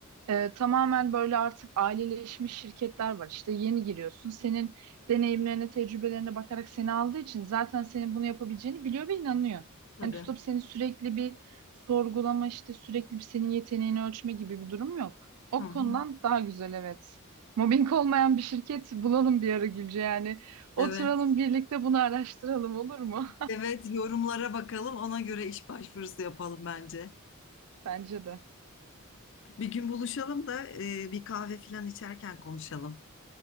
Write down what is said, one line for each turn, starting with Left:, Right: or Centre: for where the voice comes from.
Right: ee, tamamen böyle artık aileleşmiş şirketler var. İşte yeni giriyorsun. Senin deneyimlerine, tecrübelerine bakarak seni aldığı için zaten senin bunu yapabileceğini biliyor ve inanıyor.
Left: Tabii.
Right: Yani tutup seni sürekli bir sorgulama, işte sürekli bir senin yeteneğini ölçme gibi bir durum yok. O
Left: Hı hı.
Right: konudan daha güzel evet. Mobbing olmayan bir şirket bulalım bir ara Gülce yani.
Left: Evet.
Right: Oturalım birlikte bunu araştıralım olur mu?
Left: Evet yorumlara bakalım ona göre iş başvurusu yapalım bence.
Right: <laughs> Bence de.
Left: Bir gün buluşalım da e, bir kahve falan içerken konuşalım.